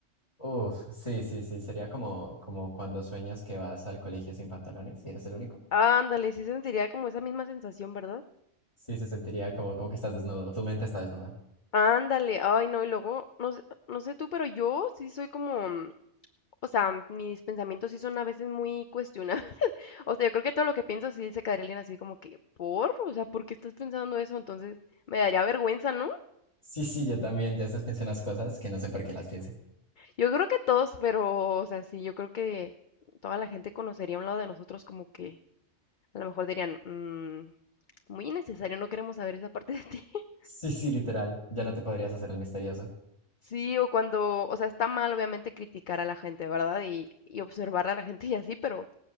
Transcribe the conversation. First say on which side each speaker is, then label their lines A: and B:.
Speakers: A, on the left; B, on the left.
A: Uf, sí, sí, sí, sería como, como cuando sueñas que vas al colegio sin pantalones y eres el único.
B: ándale, sí sentiría como esa misma sensación, ¿verdad?
A: Sí, se sentiría como, como que estás desnudo, tu mente está desnuda.
B: Ándale, ay, no, y luego, no sé, no sé tú, pero yo sí soy como, mm, o sea, mis pensamientos sí son a veces muy cuestionables, <laughs> o sea, yo creo que todo lo que pienso sí se quedaría alguien así como que, por, o sea, ¿por qué estás pensando eso? Entonces, me daría vergüenza, ¿no?
A: Sí, sí, yo también, ya veces pienso unas cosas que no sé por qué las pienso.
B: Yo creo que todos, pero, o sea, sí, yo creo que toda la gente conocería un lado de nosotros como que a lo mejor dirían, "Mm, muy innecesario, no queremos saber esa parte de ti. <laughs>
A: Sí, sí, literal, ya no te podrías hacer el misterioso.
B: Sí, o cuando, o sea, está mal obviamente criticar a la gente, ¿verdad? Y, y observar a la gente y así, pero